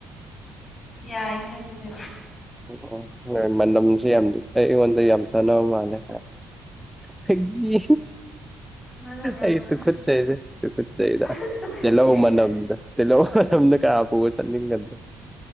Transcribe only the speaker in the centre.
ꯎꯝ ꯎꯝ ꯃꯅꯝꯖꯦ ꯌꯥꯝ ꯑꯩ ꯑꯩꯉꯣꯟꯗ ꯌꯥꯝ ꯆꯥꯟꯅꯕ ꯃꯥꯜꯂꯦ ꯐꯒꯤ
ꯑꯩ ꯇꯨ ꯀꯠꯆꯩꯗ ꯇꯨꯀꯠꯆꯩꯗ
ꯇꯦꯜꯂꯧ ꯃꯅꯝꯗ ꯇꯂꯣ ꯅꯝꯅ ꯀꯄ ꯆꯅꯤꯡꯒꯗ꯭ꯔꯣ